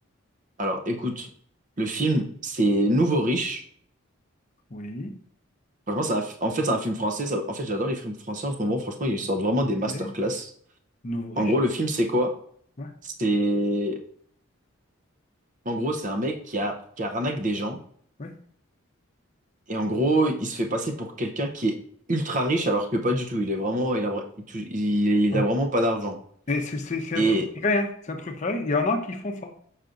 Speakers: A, on the right; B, on the left.
A: Alors, écoute, le film, c'est Nouveau Riche.
B: Oui.
A: Franchement, c'est un fi- en fait, c'est un film français. ça- En fait, j'adore les films français en ce moment. Franchement, ils sortent vraiment des masterclass.
B: Et nouveau riche.
A: En gros, le film, c'est quoi?
B: Ouais,
A: C'est, en gros, c'est un mec qui a, qui arnaque des gens.
B: ouais,
A: Et en gros, il se fait passer pour quelqu'un qui est ultra riche, alors que pas du tout. Il est vraiment, il a, vra- il, tou- il- il
B: ouais.
A: a vraiment pas d'argent.
B: Et c'est c'est- c'est un
A: Et,
B: truc vrai, hein. C'est un truc vrai. Il y en a qui font ça.